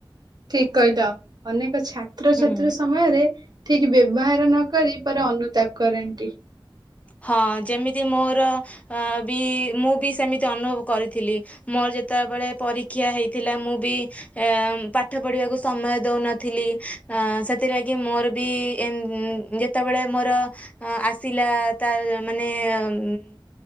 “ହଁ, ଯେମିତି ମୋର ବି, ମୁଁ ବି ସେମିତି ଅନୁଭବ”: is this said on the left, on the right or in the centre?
Left